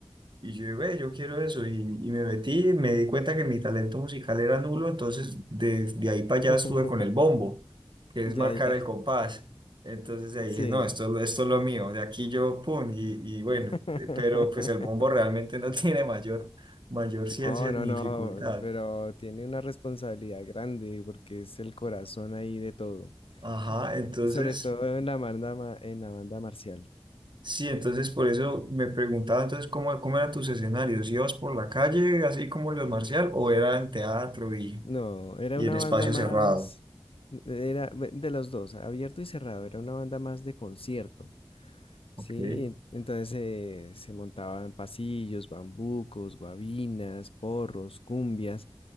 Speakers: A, on the right; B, on the left.
A: y yo, ve, yo quiero eso. Y, y me metí, me di cuenta que mi talento musical era nulo, entonces de, de ahí para allá
B: <laughs>
A: estuve con el bombo, que es
B: Ya,
A: marcar
B: ya,
A: el compás. Entonces ahí
B: sí.
A: dije, no, esto, esto es lo mío, de aquí yo, pum, y, y bueno,
B: <laughs>
A: eh, pero pues el bombo realmente no <laughs> tiene mayor, mayor
B: No,
A: ciencia ni
B: no, no,
A: dificultad.
B: pero tiene una responsabilidad grande porque es el corazón ahí de todo.
A: Ajá, entonces,
B: Eh, Sobre todo en la banda, ma- en la banda marcial.
A: sí, entonces por eso me preguntaba entonces cómo, cómo eran tus escenarios, ¿ibas por la calle así como los marcial o era en teatro y,
B: No, era
A: y
B: una
A: en espacio
B: banda más,
A: cerrado?
B: era bu- de los dos, abierto y cerrado, era una banda más de concierto. Sí,
A: Ok.
B: en- entonces eh, se montaban pasillos, bambucos, guabinas, porros, cumbias,